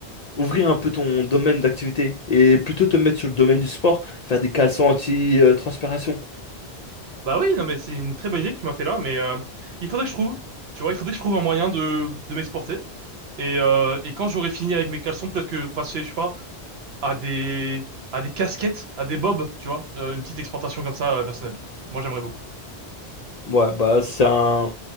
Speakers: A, on the left (about 55°); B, on the right (about 70°).
A: ouvrir un peu ton domaine d'activité et plutôt te mettre sur le domaine du sport, faire des caleçons anti-transpiration.
B: Bah oui, non, mais c'est une très bonne idée que tu m'as fait là, mais euh, il faudrait que je trouve, tu vois, il faudrait que je trouve un moyen de, de m'exporter. Et, euh, et quand j'aurai fini avec mes caleçons, peut-être que passer, je sais pas, à des, à des casquettes, à des bobs, tu vois, euh, une petite exportation comme ça, euh, personnelle. Moi, j'aimerais beaucoup.
A: Ouais, bah c'est un